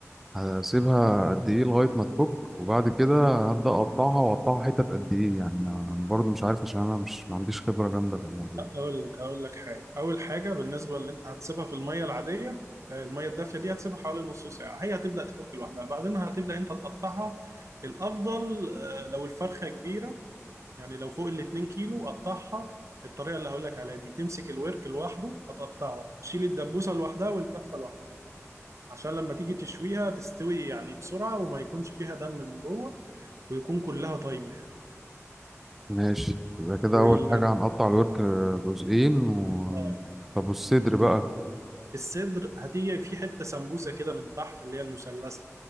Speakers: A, in the centre; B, on the right (about 65°).
A: هسيبها قد ايه لغايه ما تفك وبعد كده هبدا اقطعها واقطعها حتت قد ايه يعني انا أنا برضو مش عارف عشان انا مش ما عنديش خبره جامده في الموضوع
B: اقول لك هقول لك حاجه اول حاجه بالنسبه اللي انت هتسيبها في الميه العاديه آه، الميه الدافيه دي هتسيبها حوالي نص ساعه هي هتبدا تفك لوحدها بعدين هتبدا انت تقطعها الافضل آه، لو الفرخه كبيره يعني لو فوق ال 2 كيلو قطعها الطريقه اللي هقول لك عليها دي تمسك الورك لوحده هتقطعه تشيل الدبوسه لوحدها والكفه لوحدها عشان لما تيجي تشويها تستوي يعني بسرعه وما يكونش فيها دم من جوه ويكون كلها طيبه يعني
A: ماشي يبقى كده
B: وال
A: اول حاجه هنقطع الورك جزئين و...
B: اه
A: طب والصدر
B: بالظبط
A: بقى
B: الصدر هتيجي في حتة سمبوسة كده من تحت اللي هي المثلثة